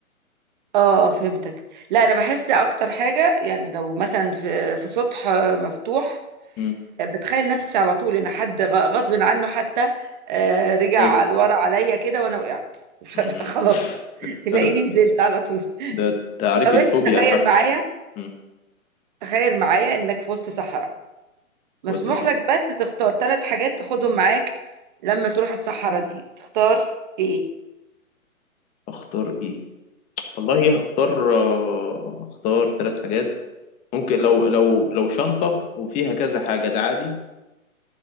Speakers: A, on the right; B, on the left.
A: اه فهمتك لا انا بحس اكتر حاجه يعني لو مثلا في في سطح مفتوح
B: امم
A: آه، بتخيل نفسي على طول ان حد غ- غصب عنه حتى آه، رجع
B: عايز
A: لورا عليا كده وانا وقعت <laughs> فخلاص
B: امم <laughs>
A: تلاقيني
B: ده
A: نزلت على طول
B: ده تعريف
A: طب انت
B: الفوبيا
A: تخيل
B: حرف
A: معايا
B: امم
A: تخيل معايا انك في وسط صحراء مسموح
B: بص صح
A: لك بس تختار ثلاث حاجات تاخدهم معاك لما تروح الصحراء دي تختار ايه
B: اختار ايه والله هختار آه، هختار ثلاث حاجات ممكن لو لو لو شنطه وفيها كذا حاجه ده عادي